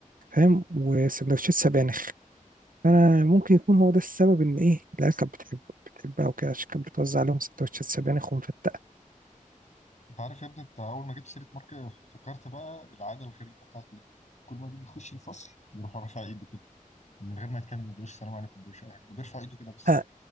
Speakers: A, on the right; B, on the left.
A: فاهم وسندوتشات سبانخ فانا ممكن يكون هو ده السبب ان ايه العيال كانت بتحب بتحبها وكده عشان كانت بتوزع عليهم سندوتشات سبانخ ومفتقه
B: انت عارف يا ابني انت اول ما جبت سيره مارك افتكرت بقى العاده الغريبه بتاعته دي كل ما بيجي يخش الفصل بيروح رافع ايده كده من غير ما يتكلم ما بيقولش السلام عليكم ما بيقولش اي حاجه وبيرفع ايده كده بس
A: امم